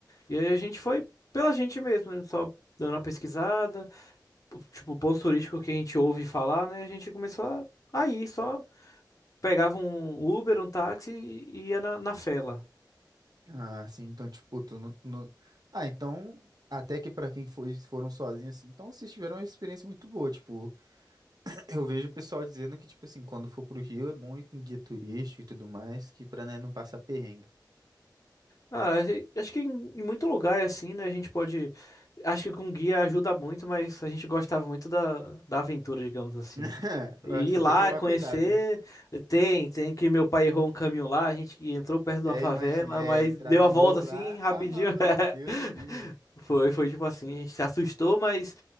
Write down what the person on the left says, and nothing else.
E aí a gente foi pela gente mesmo, né? Só dando uma pesquisada, tipo, ponto turístico que a gente ouve falar, né? A gente começou a, a ir, só pegava um Uber, um táxi e ia na, na fela.
Ah, e- acho que em em muito lugar é assim, né? A gente pode. Acho que com guia ajuda muito, mas a gente gostava muito da, da aventura, digamos assim.
E
Ir lá,
conhecer.
Tem, tem que meu pai errou um caminho lá, a gente que entrou perto de
uma favela,
mas
deu
a
volta
assim, rapidinho.
<laughs>
Foi, foi tipo assim, a gente se assustou, mas